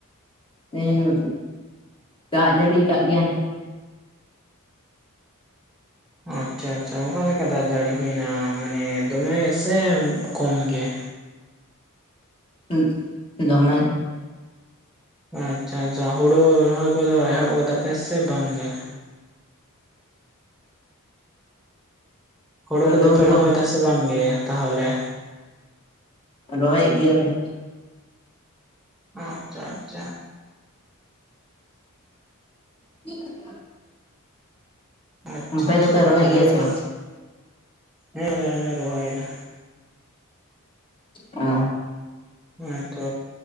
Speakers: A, on the left; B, in the centre.
A: ᱛᱮᱦᱮᱧ ᱫᱟᱜᱡᱟᱹᱲᱤ ᱠᱟᱜ ᱜᱮᱭᱟᱭ ᱱᱤᱛ
B: ᱟᱪᱪᱷᱟ ᱟᱪᱪᱷᱟ᱾ ᱚᱠᱟᱞᱮᱠᱟ ᱫᱟᱜ ᱡᱟᱹᱲᱤ ᱦᱩᱭᱮᱱᱟ ᱢᱟᱱᱮ ᱫᱚᱢᱮ ᱥᱮ ᱠᱚᱢ ᱜᱮ?
A: ᱦᱩᱜ ᱫᱚᱢᱮ᱾
B: ᱟᱪᱪᱷᱟ ᱟᱪᱪᱷᱟ ᱦᱩᱲᱩ ᱨᱚᱦᱚᱭ ᱠᱚᱫᱚ ᱮᱦᱚᱵ ᱠᱟᱫᱟ ᱯᱮ ᱥᱮ ᱵᱟᱝ ᱜᱮ? ᱦᱳᱲᱳ
A: ᱨᱩ
B: ᱠᱚᱫᱚ ᱯᱮ
A: ᱠᱚ
B: ᱨᱚᱦᱚᱭ ᱫᱟ ᱥᱮ ᱵᱟᱝ ᱜᱮ ᱛᱟᱦᱚᱞᱮ?
A: ᱨᱚᱦᱚᱭᱮᱫ ᱜᱮᱭᱟᱞᱮ᱾
B: ᱟᱪᱪᱷᱟ ᱟᱪᱪᱷᱟ᱾
A: <inaudible>
B: ᱟᱪᱪᱷᱟ
A: ᱟᱯᱮ
B: ᱟᱪᱪᱷᱟ
A: ᱫᱚᱯᱮ ᱨᱚᱦᱚᱭᱮᱫ
B: ᱛᱟᱦᱚᱞᱮ
A: ᱜᱮᱭᱟ
B: ᱟᱯᱮ
A: ᱥᱮ ᱵᱟᱝ?
B: ᱦᱮᱸ ᱟᱞᱮ ᱦᱚᱸᱞᱮ ᱨᱚᱦᱚᱭᱮᱫᱟ ᱾
A: ᱚ᱾
B: ᱦᱮᱸᱛᱚ᱾